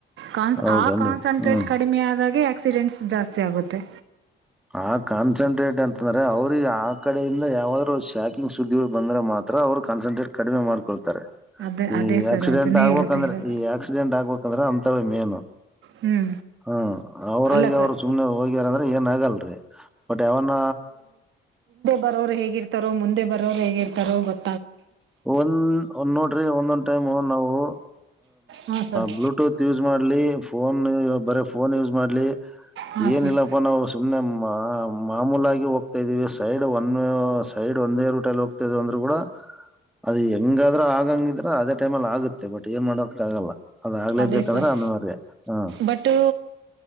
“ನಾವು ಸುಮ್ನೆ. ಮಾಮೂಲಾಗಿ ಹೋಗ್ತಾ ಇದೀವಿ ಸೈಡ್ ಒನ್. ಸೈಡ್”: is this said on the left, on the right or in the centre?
Centre